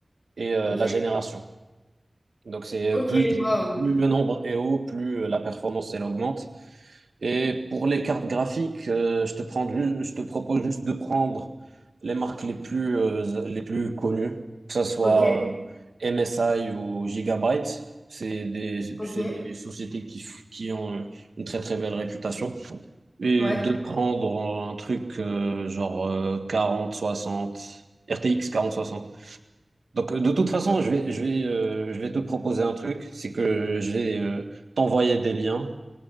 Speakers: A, on the right; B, on the left.
A: et euh,
B: ok,
A: la génération. Donc c'est
B: ok,
A: plus,
B: wow.
A: plus le nombre est haut, plus euh, la performance elle augmente. Et pour les cartes graphiques, euh, je te prends, ju- je te propose juste de prendre les marques les plus, euh, les plus connues, que ce soit
B: Ok,
A: euh, MSI ou Gigabyte. C'est des,
B: ok,
A: c'est des sociétés qui, f- qui ont une très très belle réputation. Et
B: ouais,
A: de prendre un truc euh, genre euh, 40, 60, quarante soixante. Donc, de toute façon, je vais, je vais, euh, je vais te proposer un truc, c'est que je vais euh, t'envoyer des liens.